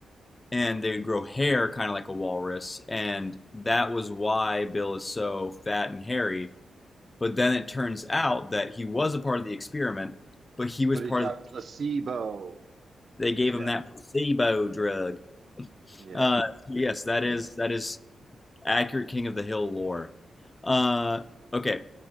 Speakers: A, on the left; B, on the right.
A: and they would grow hair kind of like a walrus, and that was why Bill is so fat and hairy. But then it turns out that he was a part of the experiment, but he
B: But
A: was part
B: he got
A: of
B: placebo.
A: the, they gave
B: Yeah.
A: him that placebo drug
B: Yeah.
A: Uh, yes,
B: Yeah.
A: that is that is accurate King of the Hill lore. Uh, okay,